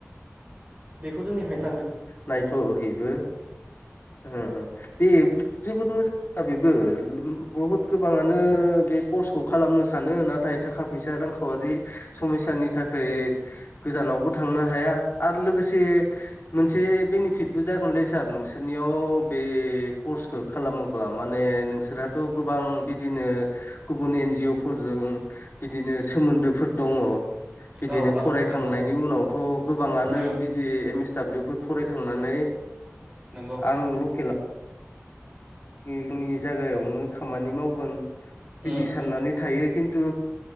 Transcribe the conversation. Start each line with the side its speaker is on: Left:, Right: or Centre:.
Right: बेखौ जोंनिफ्रायनो लांगोन
Left: नायथ' हैबो उम उम दे जोबोद मोजां <inaudible> बेबो बहुत गोबाङानो बे कर्सखौ खालामनो सानो नाथाय थाखा फैसा रांखावरि समायसानि थाखाय गोजानावबो थांनो हाया आरो लोगोसे मोनसे बेनिफिटबो जागोनलै सार नोंसोरनियाव बे कर्सखौ खालामोब्ला माने नोंसोरहाथ' गोबां बिदिनो गुबुन एन जि अ फोरजों बिदिनो सोमोन्दोफोर दङ बिदिनो
Right: औ औ
Left: फरायखांनायनि
Right: नंगौ
Left: उनावथ' गोबाङानो
Right: उम
Left: बिदि एम एस दाब्लिउ फो फरायखांनानै
Right: नंगौ
Left: आंल' जोंनि जायागायावनो खामानि मावगोन बिदि
Right: उम
Left: साननानै
Right: उम
Left: थायो खिन्थु